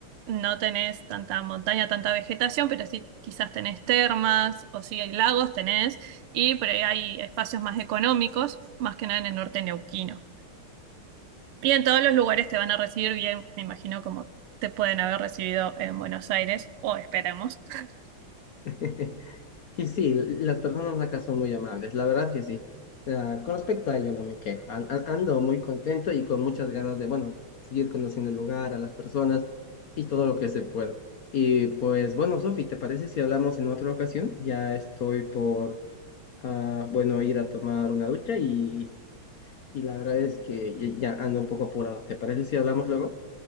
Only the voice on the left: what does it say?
<laughs> Y sí, las personas acá son muy amables, la verdad que sí. Ah, con respecto a ello, no me quejo. An- an- ando muy contento y con muchas ganas de, bueno, seguir conociendo el lugar, a las personas y todo lo que se pueda. Y pues, bueno, Sofi, ¿te parece si hablamos en otra ocasión? Ya estoy por, ah, bueno, ir a tomar una ducha y, y la verdad es que ya ya ando un poco apurado. ¿Te parece si hablamos luego?